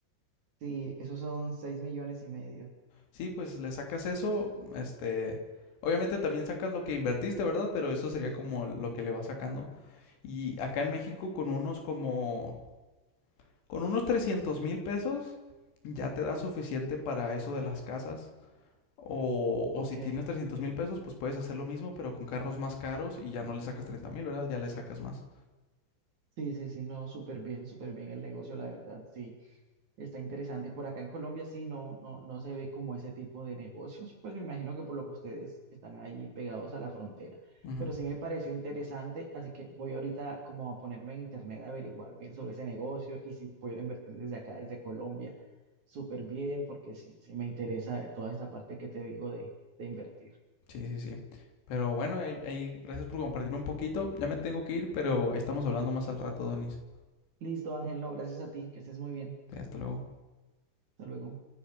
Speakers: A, on the right; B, on the left.
A: Sí, esos son 6 millones y medio.
B: Sí, pues le sacas eso, este, obviamente también sacas lo que invertiste, ¿verdad? Pero eso sería como lo que le vas sacando. Y acá en México con unos como, con unos trescientos mil pesos ya te da suficiente para eso de las casas. O, o
A: Ok.
B: si tienes trescientos mil pesos, pues puedes hacer lo mismo, pero con carros más caros y ya no le sacas treinta mil, ¿verdad? Ya le sacas más.
A: Sí, sí, sí, no, súper bien, súper bien el negocio, la verdad, sí. Está interesante. Por acá en Colombia sí no, no, no se ve como ese tipo de negocios. Pues me imagino que por lo que ustedes están ahí pegados a la frontera.
B: Ujú.
A: Pero sí me pareció interesante, así que voy ahorita como a ponerme en internet a averiguar bien sobre ese negocio y si puedo invertir desde acá, desde Colombia, súper bien, porque sí, sí me interesa toda esta parte que te digo de, de invertir.
B: Sí, sí, sí. Pero bueno, ahí, ahí, gracias por compartirme un poquito. Ya me tengo que ir, pero ahí estamos hablando más al rato, Donis.
A: Listo, Ángel, no, gracias a ti, que estés muy bien.
B: Sí, hasta luego.
A: Hasta luego.